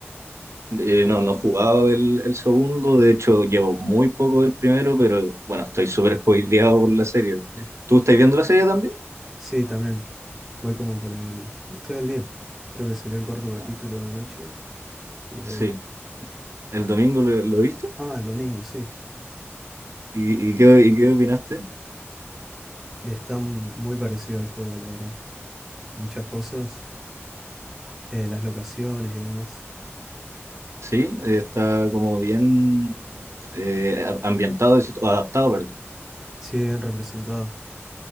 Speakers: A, on the right; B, in the centre.
A: Eh, no, no he jugado el, el segundo, de hecho llevo muy poco el primero, pero bueno, estoy súper spoileado por la serie.
B: mm,
A: ¿Tú estás viendo la serie también?
B: Sí, también. Voy como por el... Estoy al día. Creo que salió el cuarto capítulo
A: Ah,
B: de anoche y lo
A: sí,
B: vi.
A: el domingo lo, lo viste.
B: Ah, el domingo, sí.
A: ¿Y, y qué, y qué opinaste?
B: Está m- muy parecido al juego, la verdad. Muchas cosas, eh, las locaciones y demás.
A: Sí, eh, está como bien eh, a- ambientado, si- adaptado,
B: Sí, bien representado.